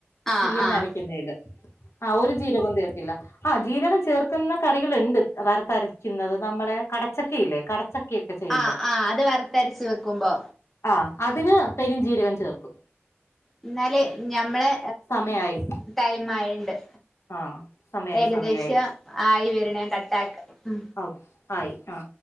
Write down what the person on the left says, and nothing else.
തീയലിനരക്കുന്നെല്.
ആഹ് ഒരു ജീരകവും ചേർക്കില്ല. ആഹ് ജീരകം ചേർ കറികളുണ്ട് വത്അരക്കുന്നത് നമ്മളെ കട പച്ചക്ക ഇല്ലേ കടച്ചക്ക ഒക്കെ ചെയ്യുമ്പോ
ആ അതിന് പെരും ജീരകം ചേർക്കും.
സമയായി
ആ സമയായി
സമയായി
ഓ ആയി ആ